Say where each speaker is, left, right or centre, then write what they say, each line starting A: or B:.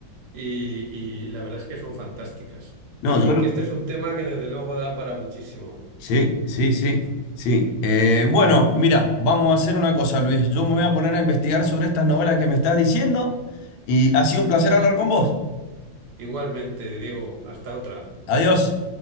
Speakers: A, on the right; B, on the left.
A: Y, y la verdad es que son fantásticas.
B: No,
A: En fin,
B: yo lo-
A: que este es un tema que desde luego da para muchísimo.
B: Sí, sí, sí, sí. Eh, bueno, mira, vamos a hacer una cosa, Luis. Yo me voy a poner a investigar sobre estas novelas que me estás diciendo y ha sido un placer hablar con vos.
A: Igualmente, Diego, hasta otra.
B: Adiós.